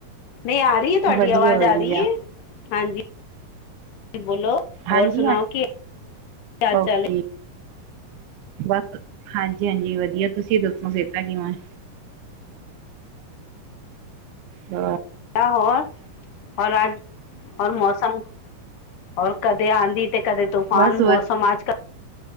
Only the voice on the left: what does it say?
ਨਈਂ ਆ ਰਈ ਐ ਤੁਆਡੀ
ਆਵਾਜ਼ ਆ ਰਈ ਐ? ਹਾਂਜੀ, ਬੋਲੋ ਹੋਰ
ਸੁਣਾਓ
ਕੀ ਹਾਲ-ਚਾਲ
ਨੇ?
ਆ ਹੋਰ ਔਰ ਅੱਜ ਔਰ ਮੌਸਮ ਔਰ ਕਦੇ ਆਂਦੀ ਤੇ ਕਦੇ ਤੂਫਾਨ
ਮੌਸਮ ਅੱਜ-ਕੱਲ